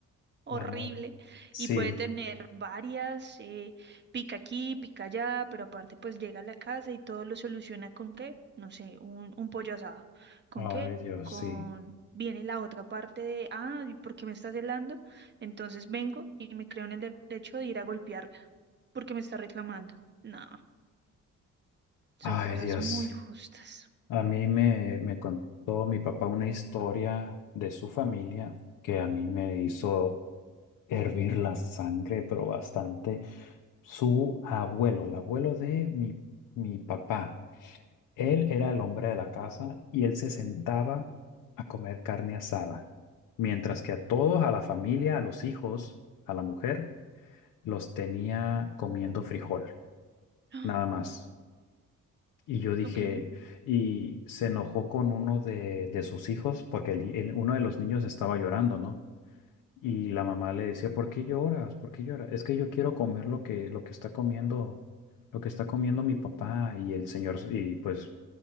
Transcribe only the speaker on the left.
la moda. Sí.
Ay,
Dios,
sí.
Ay,
Dios.
A mí me, me contó mi papá una historia de su familia que a mí me hizo hervir la sangre, pero bastante. Su abuelo, el abuelo de mi, mi papá, él era el hombre de la casa y él se sentaba a comer carne asada, mientras que a todos, a la familia, a los hijos, a la mujer, los tenía comiendo frijol,
nada más. Y yo dije,
y se enojó con uno de, de sus hijos porque el- el- uno de los niños estaba llorando, ¿no? Y la mamá le decía, ¿por qué lloras? ¿Por qué lloras? Es que yo quiero comer lo que, lo que está comiendo, lo que está comiendo mi papá y el señor, y pues,